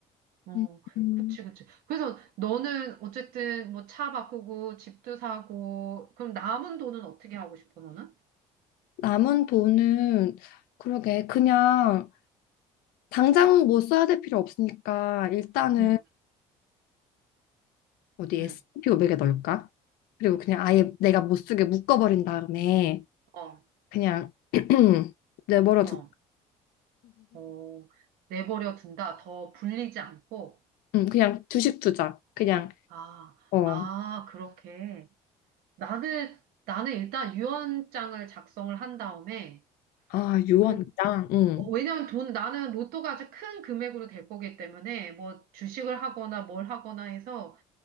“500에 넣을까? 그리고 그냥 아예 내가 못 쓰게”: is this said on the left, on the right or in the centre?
Left